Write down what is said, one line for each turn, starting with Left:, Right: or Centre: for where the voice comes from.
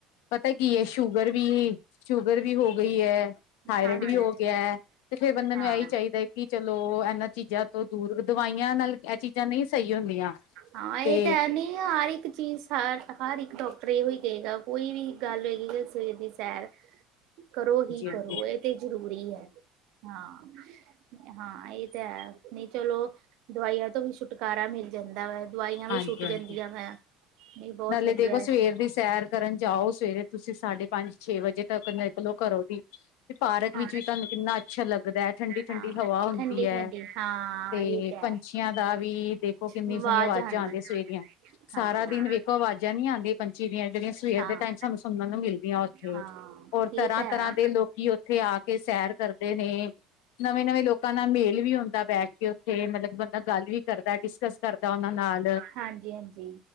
Left: ਪਤਾ ਕੀ ਐ, ਸ਼ੂਗਰ ਵੀ ਸ਼ੂਗਰ ਵੀ ਹੋ ਗਈ ਐ, ਥਾਈਰਡ
Right: ਹਾਂਜੀ
Left: ਵੀ ਹੋ ਗਿਐ। ਤੇ ਫੇਰ ਬੰਦੇ
Right: ਹਾਂ
Left: ਨੂੰ ਐਈ ਚਾਈਦੈ ਕੀ ਚਲੋ, ਐਨਾਂ ਚੀਜ਼ਾਂ ਤੋਂ ਦੂਰ, ਦਵਾਈਆਂ ਨਾਲ ਐ ਚੀਜ਼ਾਂ ਨਈ ਸਈ ਹੁੰਦੀਆਂ
Right: ਹਾਂ ਇਹ
Left: ਤੇ
Right: ਤਾਂ ਹੈ ਨਹੀਂ ਹਰ ਇੱਕ ਚੀਜ਼ ਹ ਹਰ ਇੱਕ ਡੋਕਟਰ ਏਹੋ ਹੀ ਕਏਗਾ, ਕੋਈ ਵੀ ਗੱਲ ਹੋਏਗੀ ਸਵੇਰ ਦੀ ਸੈਰ। ਕਰੋ ਹੀ ਕਰੋ,
Left: ਹਾਂਜੀ
Right: ਏ ਤੇ ਜ਼ਰੂਰੀ ਐ ਹਾਂ। ਹਾਂ ਏ ਤਾਂ ਹੈ ਨਈ ਚਲੋ, ਦਵਾਈਆਂ ਤੋਂ ਵੀ ਛੁਟਕਾਰਾ ਮਿਲ ਜਾਂਦਾ ਵਾ। ਦਵਾਈਆਂ ਵੀ
Left: ਹਾਂਜੀ
Right: ਛੁਟ ਜਦੀਆਂ
Left: ਹਾਂਜੀ
Right: ਵੈ, ਨਈ ਬੋਤ
Left: ਨਾਲੇ
Right: ਵਧੀਆ ਐ।
Left: <unintelligible> ਦੀ ਸੈਰ ਕਰਨ ਜਾਓ, ਸਵੇਰੇ ਤੁਸੀਂ ਸਾਢੇ ਪੰਜ ਛੇ ਵਜੇ ਤੱਕ, ਨਿਕਲੋ ਘਰੋਂ ਦੀ ਪਾਰਕ
Right: ਹਾਂ
Left: ਵਿੱਚ ਵੀ ਤੁਹਾਨੂੰ ਕਿੰਨਾ ਅੱਛਾ ਲੱਗਦੈ, ਠੰਡੀ-ਠੰਡੀ
Right: ਹਾਂ
Left: ਹਵਾ ਹੁੰਦੀ
Right: ਠੰਡੀ
Left: ਐ
Right: ਠੰਡੀ ਹਾਂ
Left: ਤੇ
Right: ਇਹ ਤਾਂ
Left: ਪੰਛੀਆਂ
Right: ਹੈ
Left: ਦਾ ਵੀ ਦੇਖੋ, ਕਿੰਨੀਆਂ
Right: ਆਵਾਜ਼
Left: ਸੋਣੀਆਂ ਆਵਾਜ਼ਾਂ
Right: ਆਂਦੀ
Left: ਆਦੀਆਂ ਸਵੇਰੀਆਂ।
Right: ਹਾਂ
Left: ਸਾਰਾ ਦਿਨ ਵੇਖੋ, ਆਵਾਜ਼ਾਂ ਨੀ ਆਂਦੀਆਂ ਪੰਛੀ ਦੀਆਂ, ਜੇੜੀਆ ਸਵੇਰ
Right: ਹਾਂ
Left: ਦੇ ਟਾਈਮ ਸਾਨੂੰ ਸੁਣਨ ਨੂੰ ਮਿਲਦੀਆਂ ਓਥੇ।
Right: ਹਾਂ
Left: ਓਰ ਤਰ੍ਹਾਂ-ਤਰ੍ਹਾਂ
Right: ਇਹ ਤਾਂ ਹੈ
Left: ਦੇ ਲੋਕੀ ਓਥੇ ਆ ਕੇ ਸੈਰ ਕਰਦੇ ਨੇ। ਨਵੇਂ-ਨਵੇਂ ਲੋਕਾਂ ਨਾਲ ਮੇਲ ਵੀ ਹੁੰਦੈ ਬੈਠ ਕੇ, ਉੱਥੇ ਮਤਲਬ ਕੀ ਬੰਦਾ ਗੱਲ ਵੀ ਕਰਦਾ, ਡਿਸਕਸ ਕਰਦਾ ਓਨਾਂ ਨਾਲ।
Right: ਹਾਂਜੀ-ਹਾਂਜੀ,